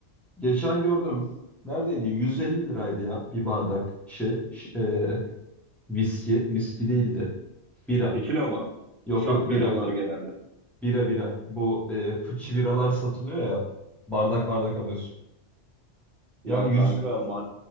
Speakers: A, in the centre; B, on the right.
A: geçen gördüm. Neredeydi? 150 liraydı ya bir bardak şey. ş- e, viski. Viski değildi. Bira.
B: Tekila ama
A: Yok
B: şat
A: yok
B: veriyorlar
A: bira.
B: genelde.
A: Bira bira. Bu e, fıçı biralar satılıyor ya. Bardak bardak alıyorsun. Yani
B: Ya
A: 100,
B: kanka mar-